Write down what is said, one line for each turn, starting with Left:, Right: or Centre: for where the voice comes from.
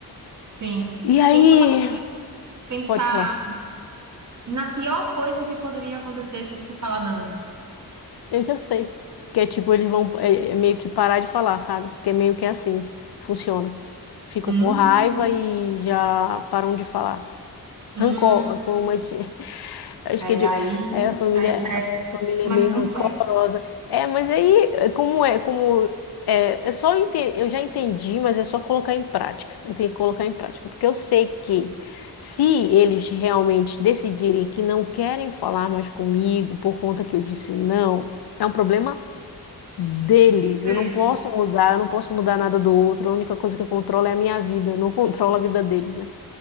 Right: Sim.
Left: E aí,
Right: Tenta talvez, pensar
Left: Pode falar.
Right: na pior coisa que poderia acontecer se você falar não.
Left: Eu já sei. Que é tipo, eles vão é, é meio que parar de falar, sabe? Porque é meio que assim. Funciona. Ficam
Right: Hum,
Left: com raiva e já param de falar.
Right: hum,
Left: Rancor, como a gente. <laughs> Acho
Right: É,
Left: que é de-
Right: aí,
Left: é, a família,
Right: aí já
Left: a
Right: é
Left: família
Right: mais
Left: é meio
Right: complexo.
Left: rancorosa. É, mas aí, é como é, como é, é só ente- eu já entendi, mas é só colocar em prática. Eu tenho que colocar em prática, porque eu sei que se eles realmente decidirem que não querem falar mais comigo por conta que eu disse não, é um problema deles. Eu
Right: deles.
Left: não posso mudar, eu não posso mudar nada do outro. A única coisa que eu controlo é a minha vida, eu não controlo a vida deles, né?